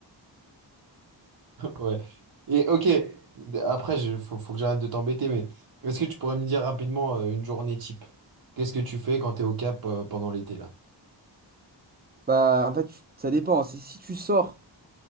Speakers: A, on the right (about 55°); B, on the right (about 20°).
A: Ouais. Et ok, après, il faut, faut que j'arrête de t'embêter, mais est-ce que tu pourrais me dire rapidement euh, une journée type? Qu'est-ce que tu fais quand t'es au Cap euh, pendant l'été là?
B: Bah, en fait, tu- ça dépend. Si, si tu sors,